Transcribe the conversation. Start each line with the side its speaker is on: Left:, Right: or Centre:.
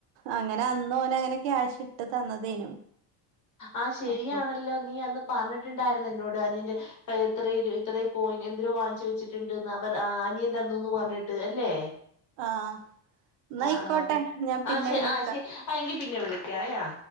Right: അങ്ങനെ അന്ന് ഓന അങ്ങനെ ക്യാഷ് ഇട്ട് തന്നതേനു
Left: ആഹ് ശരിയാണല്ലോ
Right: അപ്പൊ
Left: നീ അന്ന് പറഞ്ഞിട്ടുണ്ടായിരുന്നു എന്നോട് അനിയന്റെ എത്ര ഇത്ര കോയിൻ എന്തിലോ വാങ്ങിച്ചു വെച്ചിട്ടുണ്ട്ന്ന് അവർ അനിയൻ തന്നൂന്ന് പറഞ്ഞിട്ട് അല്ലേ
Right: ആഹ് ന്നായിക്കോട്ടെ
Left: ആ ആഹ് അത്
Right: ഞാൻ പിന്നെ
Left: ആ ശെ
Right: വിളിക്കാ
Left: ആ ശെ ആ എങ്കിൽ പിന്നെ വിളിക്കാവേ ആ